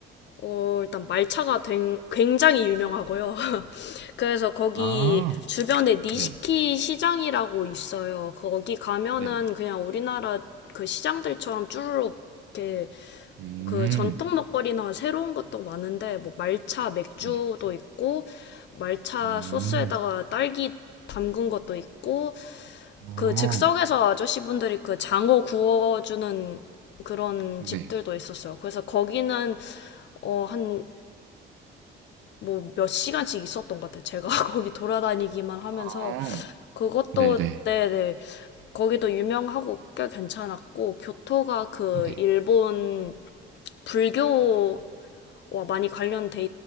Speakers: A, on the left; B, on the right.
A: 어, 일단 말차가 된- 굉장히 유명하고요. 그래서 거기
B: 아,
A: 주변에 니시키
B: 네,
A: 시장이라고 있어요. 거기 가면은
B: 네,
A: 그냥 우리나라 그 시장들처럼 쭈루룩 이렇게
B: 음,
A: 그 전통 먹거리나 새로운 것도 많은데 뭐 말차 맥주도
B: 네,
A: 있고 말차
B: 음,
A: 소스에다가 딸기 담근 것도 있고
B: 어,
A: 그 즉석에서 아저씨분들이 그 장어 구워주는 그런
B: 네,
A: 집들도 있었어요. 그래서 거기는 어, 한 뭐 몇 시간씩 있었던 것 같아요. 제가 <laughs> 거기 돌아다니기만 하면서
B: 아,
A: 그것도
B: 네, 네,
A: 네네 거기도 유명하고 꽤 괜찮았고 교토가 그
B: 네,
A: 일본 불교와 많이 관련돼